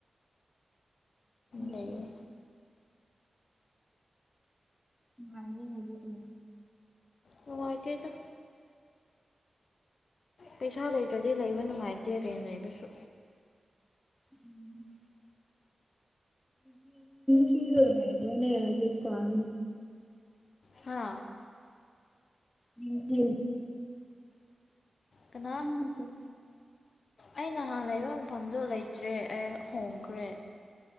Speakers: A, on the left; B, in the centre.
A: ꯂꯩꯌꯦ
B: ꯁꯣ ꯎꯝꯥꯏꯅꯦ ꯍꯥꯏꯒꯗꯤ
A: ꯇꯗ ꯄꯩꯁꯥ ꯂꯩꯇ꯭ꯔꯗꯤ ꯂꯩꯕ ꯅꯨꯡꯉꯥꯏꯇꯦ ꯔꯦꯟ ꯂꯩꯕꯁꯨ
B: ꯎꯝ ꯁꯤꯂꯒꯅꯦ ꯔꯥꯖꯁꯊꯥꯟ
A: ꯍꯥ
B: ꯎ
A: ꯀꯅꯥ
B: ꯑ ꯀ
A: ꯑꯩ ꯅꯍꯥꯟ ꯂꯩꯕ ꯃꯐꯝꯗꯣ ꯂꯩꯇ꯭ꯔꯦ ꯑꯩ ꯍꯣꯡꯈ꯭ꯔꯦ